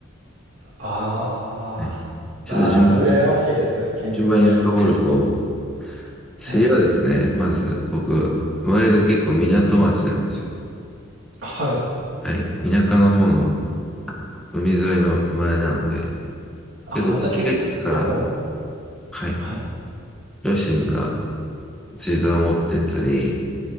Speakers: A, on the right; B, in the centre.
A: あ
B: はい。ちょっと順、
A: あ、ああ、羨ましいです。健康で。
B: 順番に深掘ると、釣りはですね、
A: はい。
B: まず僕、生まれが結構港町なんですよ。
A: はい。
B: はい。田舎の方の海沿いの生まれなので、
A: ああ、
B: 結構ちっちゃい時から、
A: じゃあ結構もう、
B: はい。
A: はい。
B: 両親が釣り竿を持ってったり、